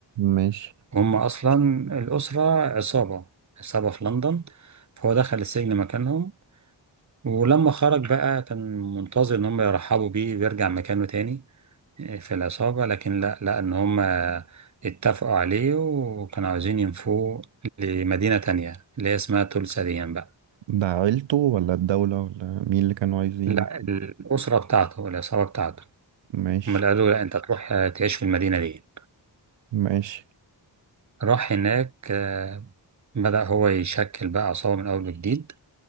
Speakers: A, on the right (about 80°); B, on the right (about 40°).
A: ماشي
B: هم اصلا الاسره عصابه عصابه في لندن فهو دخل السجن مكانهم ولما خرج بقى كان منتظر ان هم يرحبوا بيه ويرجع مكانه تاني آه، في العصابه لكن لا لا ان هم اتفقوا عليه وكانوا عاوزين ينفوه لمدينه تانية اللي هي اسمها تولسا دي بقى
A: ده عيلته ولا الدولة ولا مين اللي كانوا عايزين
B: لا الاسره بتاعته العصابه بتاعته
A: ماشي
B: هم قالوا لا انت تروح آه، تعيش في المدينة دي
A: ماشي
B: راح هناك آه، بدأ هو يشكل بقى عصابة من أول وجديد